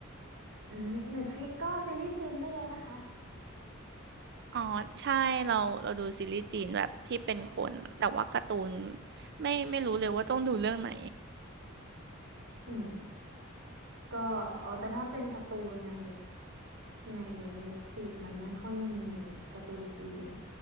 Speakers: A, on the right (about 75°); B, on the right (about 55°).
A: อืม Netflix ก็ซีรีส์จีนก็เยอะนะคะ
B: อ๋อใช่เราเราดูซีรีส์จีนแบบที่เป็นคนแต่ว่าการ์ตูนไม่ไม่รู้เลยว่าต้องดูเรื่องไหน
A: อืม ก็อ๋อแต่ถ้าเป็นการ์ตูนในใน Netflix มันไม่ค่อยมีการ์ตูนจีน